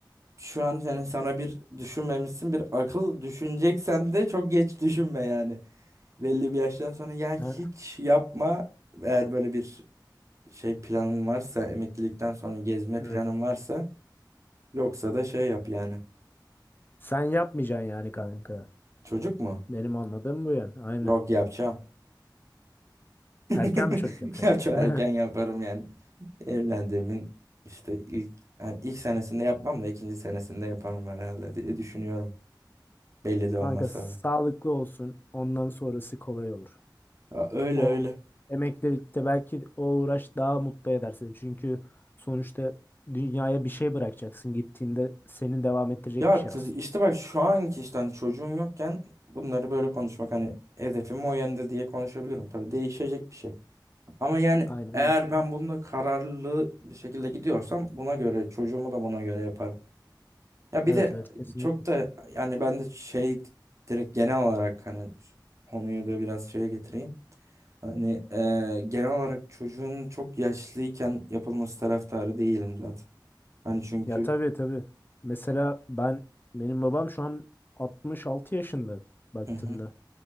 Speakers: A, on the right (about 40°); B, on the left (about 25°).
A: Şu an yani sana bir düşünmemişsin bir akıl düşüneceksen de çok geç düşünme yani. Belli bir yaştan sonra ya hiç
B: Ha?
A: yapma eğer böyle bir şey planın varsa emeklilikten sonra gezme
B: Evet.
A: planın varsa yoksa da şey yap yani.
B: Sen yapmayacaksın yani kanka.
A: Çocuk mu?
B: Benim anladığım bu yani. Aynen.
A: Yok yapacağım. <laughs>
B: Erken bir çocuk yapacaksın.
A: Yapacağım
B: <laughs>
A: erken yaparım yani. Evlendiğimin işte ilk yani ilk senesinde yapmam da ikinci senesinde yaparım herhalde diye düşünüyorum. Belli de
B: Kanka
A: olmaz
B: sağlıklı
A: tabii.
B: olsun. Ondan sonrası kolay olur.
A: Aa, Öyle
B: O
A: öyle.
B: emeklilikte belki o uğraş daha mutlu eder seni. Çünkü sonuçta dünyaya bir şey bırakacaksın. Gittiğinde seni devam ettirecek
A: Ya
B: bir şey
A: t-
B: aslında.
A: işte bak şu anki işte hani çocuğun yokken bunları böyle konuşmak hani hedefim o yönde diye konuşabilirim. Tabii değişecek bir şey. Ama yani
B: Aynen.
A: eğer
B: öyle.
A: ben bununla kararlı bir şekilde gidiyorsam buna göre çocuğumu da buna göre yaparım. Ya
B: Evet
A: bir de
B: evet kesinlikle.
A: çok da yani ben de şey direkt genel olarak hani konuyu da biraz şeye getireyim. Hani e, genel olarak çocuğun çok yaşlıyken yapılması taraftarı değilim zaten. Hani çünkü
B: Ya tabii tabii. Mesela ben benim babam şu an 66 yaşında baktığında.
A: Hı hı.